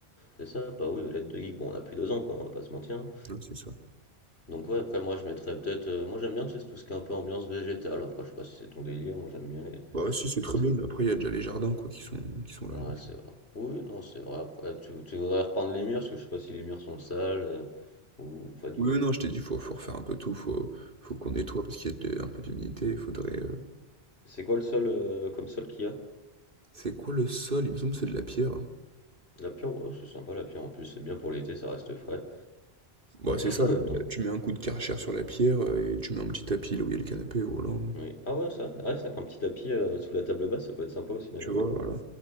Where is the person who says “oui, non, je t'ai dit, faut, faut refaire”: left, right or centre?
Right